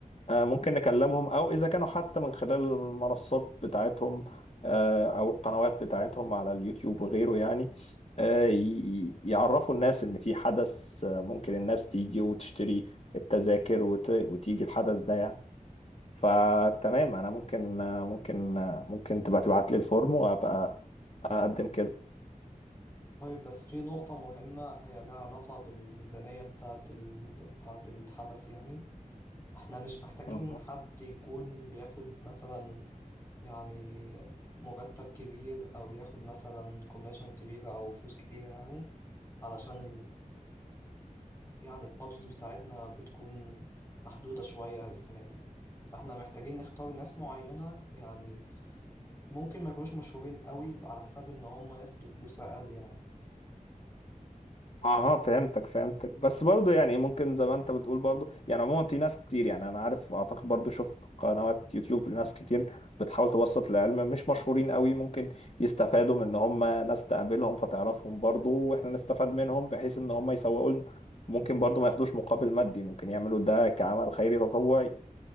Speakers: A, on the left; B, on the left.
A: آه، ممكن نكلمهم او اذا كانوا حتى من خلال المنصات بتاعتهم آه، او القنوات بتاعتهم على اليوتيوب وغيره يعني آه، ي- يعرفوا الناس ان في حدث آه، ممكن الناس تيجي وتشتري التذاكر وت- وتيجي الحدث ده يعني فتمام انا ممكن آه، ممكن آه، ممكن تبقى تبعت لي الفورم وابقى اقدم
B: طيب بس في نقطة مهمة هي لها علاقة بالميزانية بتاعة ال... بتاعة الحدث يعني احنا مش محتاجين
A: كده
B: حد يكون بياخد مثلا يعني مرتب كبير أو ياخد مثلا كوميشن كبيرة أو فلوس كتيرة يعني علشان يعني البادجت بتاعتنا بتكون محدودة شوية السنة دي فاحنا محتاجين نختار ناس معينة يعني ممكن ما يكونوش مشهورين قوي على حساب ان هم ياخدوا فلوس اقل يعني
A: اها فهمتك فهمتك بس برضو يعني ممكن زي ما انت بتقول برضو يعني عموما في ناس كتير يعني انا عارف اعتقد برضو شفت قنوات يوتيوب ناس كتير بتحاول توسط العلم مش مشهورين قوي ممكن يستفادوا من ان هم ناس تقابلهم فتعرفهم برضو واحنا نستفاد منهم بحيث ان هم يسوقوا لنا ممكن برضو ما ياخدوش مقابل مادي ممكن يعملوا ده كعمل خيري تطوعي